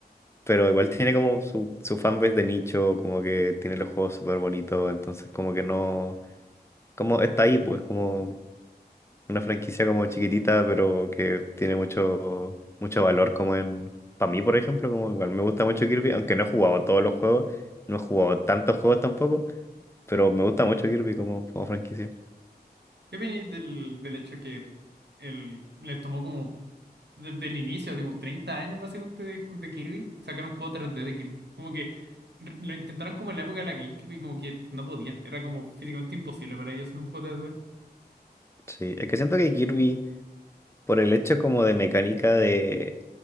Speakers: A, on the left; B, on the right.
A: Pero igual tiene como su, su fanbase de nicho, como que tiene los juegos súper bonitos, entonces como que no, como está ahí, pues como una franquicia como chiquitita, pero que tiene mucho, mucho valor como en... Para mí, por ejemplo, como igual me gusta mucho Kirby,
B: Mm.
A: aunque no he jugado todos los juegos, no he jugado tantos juegos tampoco, pero me gusta mucho Kirby como, como franquicia.
B: ¿Qué opináis del, del hecho que el, les tomó como desde el inicio, así como 30 años básicamente de, ju- de Kirby, sacar un juego tres d de Kirby? Como que r- lo intentaron como en la época de la GameCube y como que no podían, era como físicamente imposible para ellos hacer un juego tres d
A: Sí, es que siento que Kirby, por el hecho como de mecánica de,